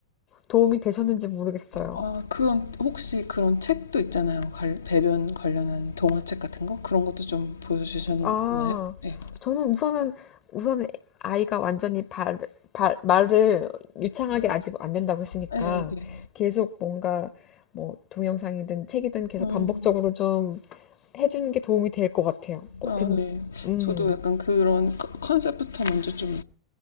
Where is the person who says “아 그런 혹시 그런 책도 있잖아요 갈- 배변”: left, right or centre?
Left